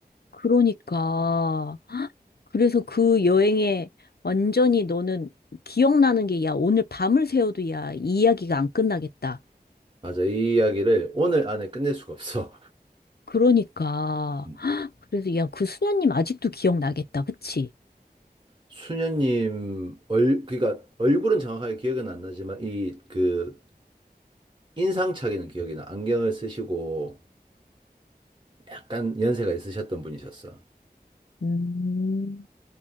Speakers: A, on the left; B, on the right.
A: 그러니까. 그래서 그 여행에 완전히 너는 기억나는 게, 야, 오늘 밤을 새워도 야, 이 이야기가 안 끝나겠다.
B: 맞아. 이 이야기를 오늘 안에 끝낼 수가 없어.
A: 그러니까.
B: <laughs>
A: 그래서 야, 그 수녀님 아직도 기억나겠다. 그치?
B: 수녀님 얼 그러니까 얼굴은 정확하게 기억은 안 나지만 이 그 인상착의는 기억이 나. 안경을 쓰시고 약간 연세가 있으셨던 분이셨어.
A: 음.